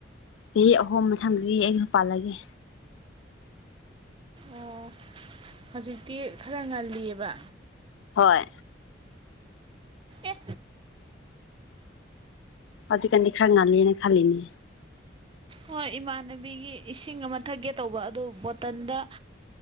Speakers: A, on the left (about 75°); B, on the right (about 25°).
A: ꯆꯍꯤ ꯑꯍꯨꯝ ꯃꯊꯪꯗꯤ ꯑꯩ ꯌꯨꯝ ꯄꯥꯜꯂꯒꯦ
B: ꯑꯣ ꯍꯧꯖꯤꯛꯇꯤ ꯈꯔ ꯉꯜꯂꯤꯑꯕ
A: ꯍꯣꯏ
B: ꯑꯦ
A: ꯍꯧꯖꯤꯛ ꯀꯥꯟꯗꯤ ꯈꯔ ꯉꯦꯜꯂꯦ ꯈꯜꯂꯤꯅꯤ
B: ꯍꯣꯏ ꯏꯃꯥꯟꯅꯕꯤꯒꯤ ꯏꯁꯤꯡ ꯑꯃ ꯊꯛꯀꯦ ꯇꯧꯕ ꯑꯗꯨ ꯕꯣꯇꯜꯗ